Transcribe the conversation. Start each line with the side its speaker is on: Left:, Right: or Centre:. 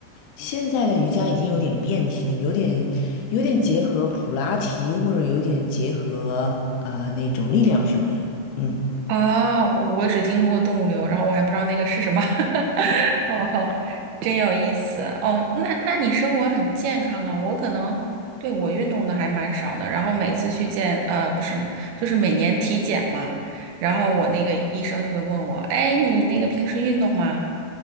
Left: 现在的瑜伽已经有点变体，有点有点结合普拉提，或者有点结合呃那种力量训练。嗯。
Right: 啊，我我只听说过动物流，然后我还不知道那个是什么。<laughs> 哦吼，真有意思。哦，那那你生活很健康啊？我可能对我运动的还蛮少的，然后每次去见呃，不是，就是每年体检嘛，然后我那个医生就会问我，哎，你那个平时运动吗？